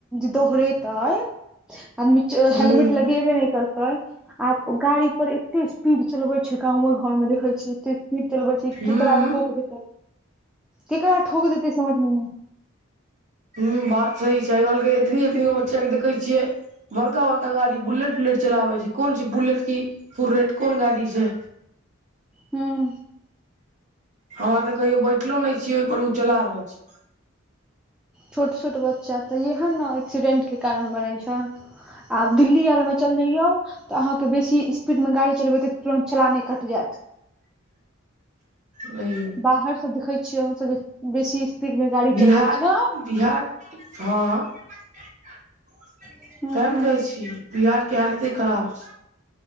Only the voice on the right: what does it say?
हूं
हूं
हुं बात सही छै आइ कालि के एतनी एतनी गो बचा के देखै छियै बड़का बड़का गाड़ी बुलेट उलेट चलाबै छय, कोन छय बुलेट की फुरेट कोन गाड़ी छै।
हम और त कहियो बैठलो नै छियै ओहिपर, ओ चला रहल छय।
हं यौ
बिहार,
बिहार हां तें
नऽ कहै छी बिहार कऽ हालते खराब छै।